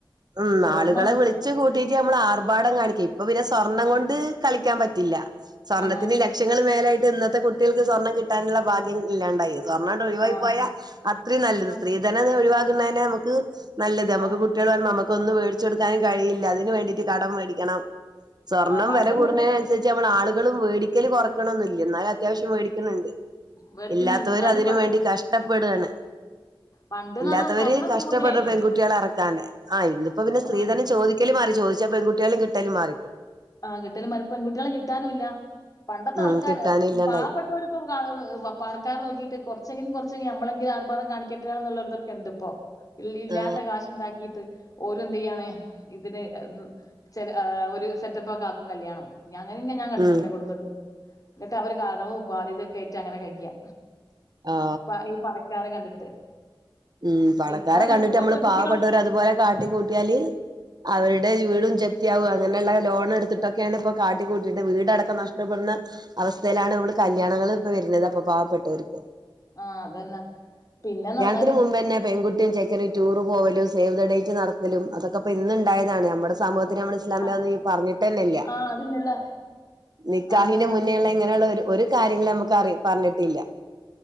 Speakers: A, on the right; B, on the left.
A: ഉം
B: സ്വർണ്ണ
A: ആളുകളെ വിളിച്ച് കൂട്ടിട്ട് നമ്മള് ആർഭാടം കാണിക്കെ ഇപ്പ പിന്നെ സ്വർണം കൊണ്ട് കളി ക്കാംപറ്റില്ല സ്വർണത്തിന്
B: ആഹ്
A: ലക്ഷങ്ങള് മേലേയ് ട്ട് ഇന്നത്തെ കുട്ടിൾക്ക് സ്വർണ്ണം കിട്ടാനുള്ള ഭാഗ്യം ഇല്ലാണ്ടായി. സ്വർണാണ്ട് ഒഴിവായിപോയാ
B: ആഹ്
A: അത്രേം നല്ലത്.
B: ആഹ്
A: സ്ത്രീധന ഒഴിവാക്കുന്നതിന് നമുക്ക്. നല്ലത് നമ്മുക്ക്
B: ആഹ്
A: കുട്ടികൾ വളമ്പ നമുക്കോന്നും
B: ആഹ്
A: വേടിച്ച് കൊടുക്കാനും കഴിയില്ലാ അതിന് വേണ്ടിയിട്ട് കടംവേടിക്കണം. സ്വർണം
B: ആഹ് പണ്ട്ന്ന്
A: വെല കൂടുന്നേ നനുസരിച്ച് നമ്മൾ ആളുകളും വേടിക്കല് കുറക്കണോന്നും ല്ല്യ ന്നാലും അത്യാവശ്യം വേടിക്കുന്നുണ്ട്.
B: മേടിക്കുന്നുണ്ട്
A: ഇല്ലാത്തവരു
B: എന്നാലും
A: അതിനും വേണ്ടി കഷ്ടപ്പെടാണ്.
B: പണ്ട്ന്ന്
A: ഇല്ലാത്തവര്
B: പറഞ്ഞാ സ്വർണ്ണം
A: കഷ്ടപ്പെടുണ
B: കൂടുതലേനോ
A: പെൺകുട്ടികളെ ഇറ താണ് ആ ഇന്ന് പ്പോ പിന്നെ സ്ത്രീധനം
B: ആഹ്
A: ചോദിക്കല് മാറി ചോദിച്ചാ പെൺകുട്ട്യാളെ കിട്ടലും മാറി.
B: ആ കിട്ടല മാ പെൺകുട്ടികളെ കിട്ടാനുംല്ല. പണ്ടത്തെ
A: ഉം
B: ആൾക്കാര്
A: കിട്ടാനും ഇല്ലാണ്ടായി
B: പാവപ്പെട്ടവർപ്പൊ കാണ്‌ പണക്കാരെ നോക്കിട്ട് കുറച്ചെങ്കിലും കുറച്ചേ നമ്മളെങ്കില ആ ഭാടം കാണിക്കട്ടെുന്ന്ള്ളൊരുതൊക്കെ ണ്ട് പ്പോ ഇല്ലി ഇല്ല്യാത്ത
A: ആ
B: കാശ്ണ്ടാക്കിയിട്ട്. ഓര്ന്തേയ്യാണ്‌ ഇതിന് അ ചെല ആ ഒരു സെറ്റപ്പോക്കെ ആക്കും കല്യാണം. ഞ്ഞങ്ങനെന്നെ ഞാകണ്ടിട്ട്
A: ഉം
B: ന്റെ കുടുംബത്തില് ന്നിട്ട് അവര് കടവും ബാധ്യതതൊക്കെ ആയിട്ട് അങ്ങനെ കയ്യാ.
A: ആ
B: പാ ഈ പണക്കാരെ കണ്ടിട്ട്.
A: ഉം പണക്കാരെ
B: ഇപ്പൊ ന-
A: കണ്ടിട്ട്
B: ഇപ്പൊ
A: മ്മള്
B: പെൺകുട്ടികൾ
A: പാവപ്പെട്ടോര് അതുപോലെ കാട്ടി കൂട്ടിയാല്. അവരുടെ
B: ഉം
A: വീടും ജപ്തിയാകും അങ്ങനെള്ള ലോൺ എടുത്തിട്ടൊക്കെയാണ് ഇപ്പൊകാട്ടികൂട്ടിട്ട് വീടടാക്കം നഷ്ടപ്പെടുന്ന അവസ്ഥയിലാണ് നമ്മള്കല്യാണങ്ങള് പിന്നെ അതപ്പൊ പാവപ്പെട്ടവർക്ക്
B: ആഹ് അതന്നെ പിന്നെ ന്നർഞ
A: അതിന് മുമ്പ്തന്നെപെൺകു ട്ടിം ചെക്കനും ടൂറ് പോവലും സേവ് ദ ഡേറ്റ് നടത്തലും അതൊക്കെ പ്പ ഇന്ന് ണ്ടായതാണ് നമ്മുടെ സമൂഹത് പിന്നെ അമ്മളെ ഇസ്ലാമില്ലങ്ങെനെ
B: ആഹ്
A: പറഞ്ഞിട്ടന്നെല്ല്യ.
B: ആഹ് അതില്ലല്ലോ
A: നിക്കാഹിന്
B: ആഹ് അതന്നെ
A: മുന്നേള്ള ഇങ്ങനെള്ള ഒരു ഒരു കാര്യങ്ങളു നമുക്ക്റി പറഞ്ഞിട്ടില്ല